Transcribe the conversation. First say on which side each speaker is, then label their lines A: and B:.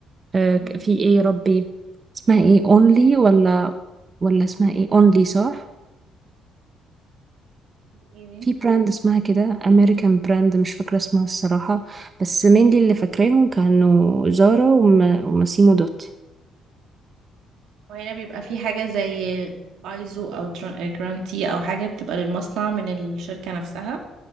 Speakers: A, on the right; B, on the right.
A: آه،
B: مم.
A: ك- في ايه يا ربي اسمها ايه اونلي ولا ولا اسمها ايه اونلي صح
B: ايه دي؟
A: في براند اسمها كده امريكان براند مش فاكره اسمها الصراحه بس مين اللي فاكراهم كانوا زارا وما- وماسيمو دوتي
B: وهنا بيبقى في حاجة زي ايزو او تر- جرانتي او حاجة بتبقى للمصنع من الشركة نفسها